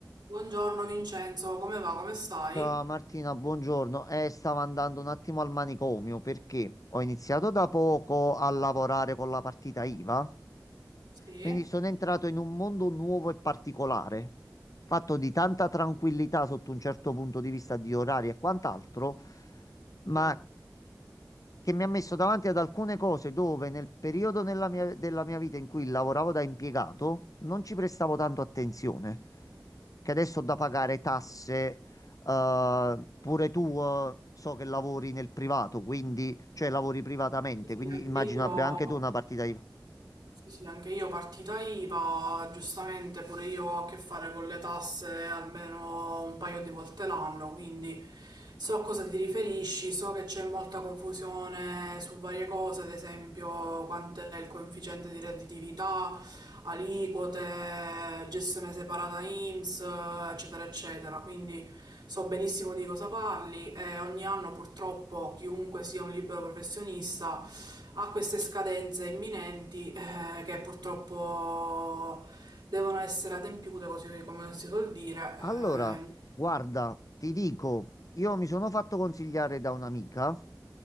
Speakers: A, on the right; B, on the left.
A: Buongiorno Vincenzo, come va? Come stai?
B: Ciao Martina, buongiorno. Eh, stavo andando un attimo al manicomio perché ho iniziato da poco a lavorare con la partita IVA,
A: Sì,
B: quindi sono entrato in un mondo nuovo e particolare, fatto di tanta tranquillità sotto un certo punto di vista di orari e quant'altro, ma
A: sì,
B: che mi ha messo davanti ad alcune cose dove nel periodo nella mia- della mia vita in cui lavoravo da impiegato non ci prestavo tanto attenzione, che adesso ho da pagare
A: sì,
B: tasse, eh, pure tu, eh, so che lavori nel privato, quindi, cioè lavori privatamente,
A: sì, sì,
B: quindi
A: anche
B: immagino
A: io
B: abbia anche tu una partita IVA.
A: Sì, sì, anche io partita IVA, giustamente pure io ho a che fare con le tasse almeno un paio di volte l'anno, quindi so a cosa ti riferisci, so che c'è molta confusione su varie cose, ad esempio quanto è il coefficiente di redditività, aliquote, gestione separata INPS, eccetera, eccetera. Quindi so benissimo di cosa parli e ogni anno purtroppo chiunque sia un libero professionista ha queste scadenze imminenti eh, che purtroppo devono essere adempiute, così come si suol dire.
B: Allora,
A: eh.
B: guarda, ti dico, io mi sono fatto consigliare da un'amica